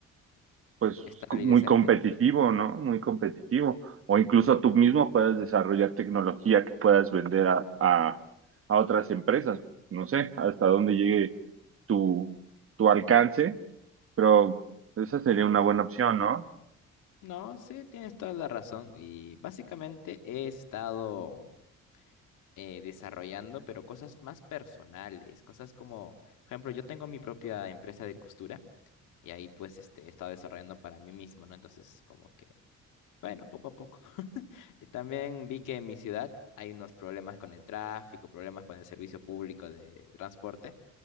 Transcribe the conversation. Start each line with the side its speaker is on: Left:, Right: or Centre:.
Right: pues
Left: Estable
Right: muy
Left: y decente.
Right: competitivo, ¿no? Muy competitivo. O incluso tú mismo puedas desarrollar tecnología que puedas vender a, a, a otras empresas. No sé hasta dónde llegue tu, tu alcance, pero esa sería una buena opción, ¿no?
Left: No, sí, tienes toda la razón. Y básicamente he estado eh, desarrollando, pero cosas más personales, cosas como, por ejemplo, yo tengo mi propia empresa de costura y ahí pues este, he estado desarrollando para mí mismo, ¿no? Entonces, como que, bueno, poco a poco. <laughs> Y también vi que en mi ciudad hay unos problemas con el tráfico, problemas con el servicio público de transporte